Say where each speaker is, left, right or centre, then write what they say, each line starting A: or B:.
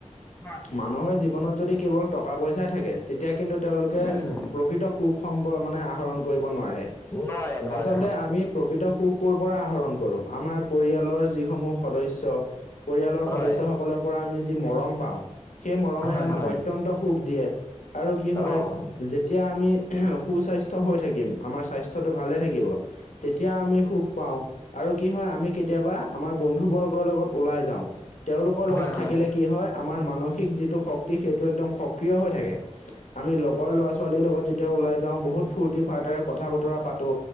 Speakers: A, on the left; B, on the left.
A: হয়।
B: মানুহৰ জীৱনত যদি কেৱল টকা-পইচাই থাকে তেতিয়া কিন্তু তেওঁলোকে
A: উম,
B: প্ৰকৃত সুখ সম্প মানে আহৰণ কৰিব নোৱাৰে।
A: নোৱাৰে, নোৱাৰে,
B: আচলতে আমি প্ৰকৃত সুখ কৰ পৰা আহৰণ কৰো? আমাৰ পৰিয়ালৰ যিসমূহ সদস্য পৰিয়ালৰ
A: হয়,
B: সদস্যসকলৰ পৰা আমি যি মৰম পাওঁ সেই মৰমে
A: হয়,
B: আমাক
A: হয়,
B: হৈত অত্যন্ত সুখ দিয়ে আৰু কি হয়
A: অ',
B: যেতিয়া আমি সুস্বাস্থ্য হৈ থাকিম আমাৰ স্বাস্থ্যটো ভালে থাকিব তেতিয়া আমি সুখ পাও। আৰু কি হয় আমি কেতিয়াবা আমাৰ বন্ধু বৰ্গৰ লগত ওলাই যাও। তেওঁলোকৰ লগত
A: হয়,
B: থাকিলে
A: হয়,
B: কি হয় আমাৰ মানসিক যিটো শক্তি সেইটো একদম সক্ৰিয় হৈ থাকে। আমি লগৰ ল'ৰা ছোৱালীৰ লগত যেতিয়া ওলাই যাও বহুত ফূৰ্তি ফাৰ্তাৰে কথা বতৰা পাতো